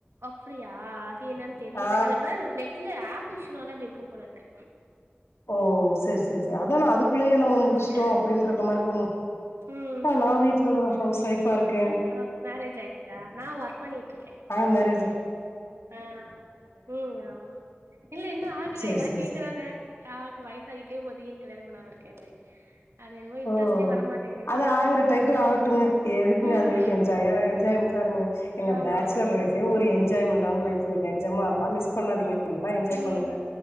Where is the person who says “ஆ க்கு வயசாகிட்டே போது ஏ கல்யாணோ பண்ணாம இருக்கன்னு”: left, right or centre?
Right